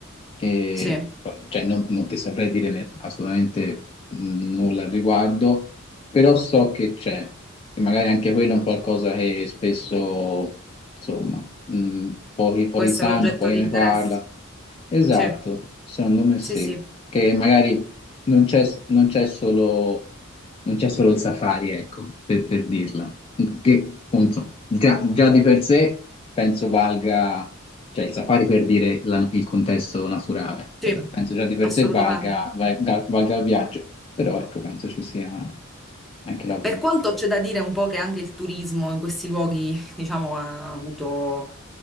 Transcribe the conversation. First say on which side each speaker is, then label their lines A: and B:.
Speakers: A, on the left; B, in the centre.
A: e,
B: Sì,
A: cioè, non, non ti saprei dire ne- assolutamente mh, nulla al riguardo, però so che c'è, e magari anche quello è un qualcosa che spesso, insomma, mh, pochi, pochi
B: può essere
A: sanno,
B: oggetto
A: poi
B: di
A: ne
B: interesse.
A: parla. Esatto,
B: Sì,
A: secondo me sì,
B: sì, sì,
A: che magari non c'è non c'è solo, non c'è solo il safari, ecco, per, per dirla, che appunto già, già di per sé penso valga, cioè il safari per dire la- il contesto naturale, cioè,
B: sì,
A: penso già di per
B: assolutamente.
A: sé valga, va- da- valga il viaggio, però ecco, penso ci sia anche la cultura.
B: Per quanto c'è da dire un po' che anche il turismo in questi luoghi, diciamo, ha avuto,